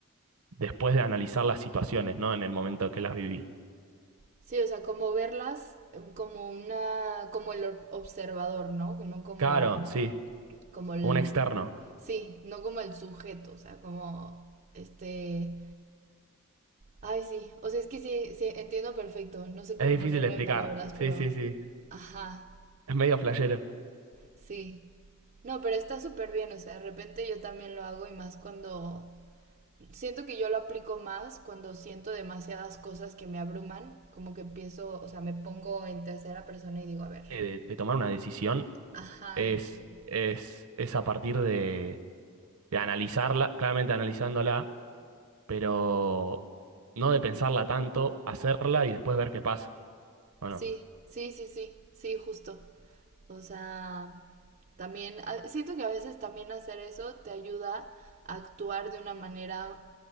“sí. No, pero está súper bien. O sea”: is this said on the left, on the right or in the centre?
Right